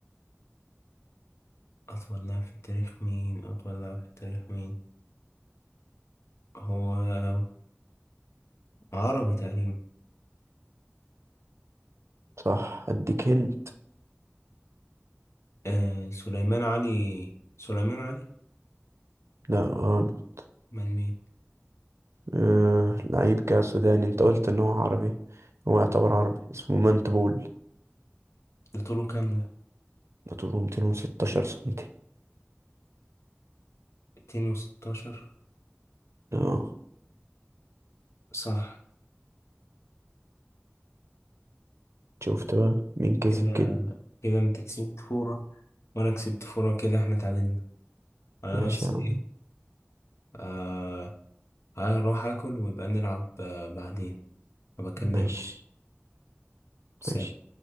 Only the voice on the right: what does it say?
صح أديك هنت
لا غلط
أه لعيب كده سوداني أنت قلت إن هو عربي هو يعتبر عربي اسمه مانتبول
ده طوله 216 سنتي
اه
شفت بقى مين كسب
كده
ماشي
يا عم
ماشي
ماشي